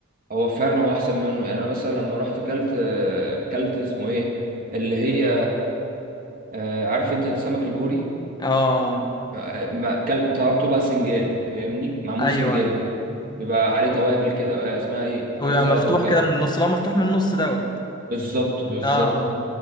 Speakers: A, on the right; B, on the left.
A: هو فعلا هو أحسن منه يعني أنا مثلا لما رحت كلت آه، كلت اسمه إيه اللي هي آه عارف أنت السمك البوري
B: آه آه
A: آه، ما كل... طلبته بقى سنجاري فاهمني معمول
B: أيوه
A: سنجاري
B: أيوه
A: بيبقى عليه توابل كده آه اسمها إيه
B: هو
A: عليه
B: يبقى
A: سلطة
B: مفتوح
A: وكده
B: كده من النص لو مفتوح من النص دوت
A: بالظبط بالظبط
B: آه آه.